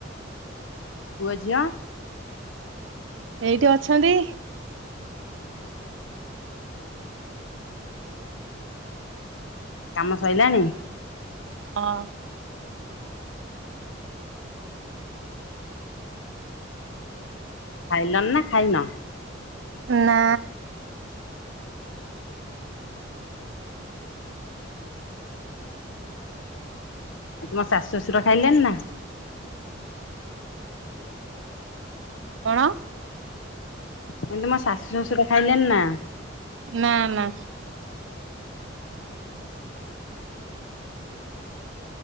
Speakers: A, on the left (about 85°); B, on the right (about 75°).
A: ପୁଅ ଝିଅ।
B: ଏଇଠି ଅଛନ୍ତି।
A: କାମ ସଇଲାଣି?
B: ହଁ।
A: ଖାଇଲଣି ନା ଖାଇନ।
B: ନା।
A: ତୁମ ଶାଶୁ ଶଶୁର ଖାଇଲେଣି ନା।
B: କଣ?
A: ମୁଁ କହିଲି ତୁମ ଶାଶୁ ଶାଶୁର ଖାଇଲେଣି ନା।
B: ନା ନା